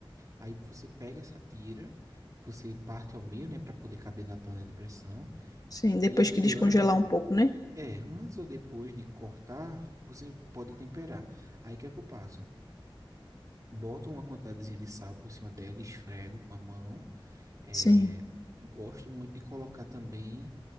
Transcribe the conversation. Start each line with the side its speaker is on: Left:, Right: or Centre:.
Right: Aí você pega essa tira, você parte ao meio, né, para poder caber na panela de pressão.
Left: sim. Depois
Right: E, e
Left: que descongelar
Right: antes,
Left: um pouco, né?
Right: é, antes ou depois de cortar, você pode temperar. Aí o que é que eu passo? Boto uma quantidadezinha de sal por cima dela, esfrego com a mão. É,
Left: Sim.
Right: gosto muito de colocar também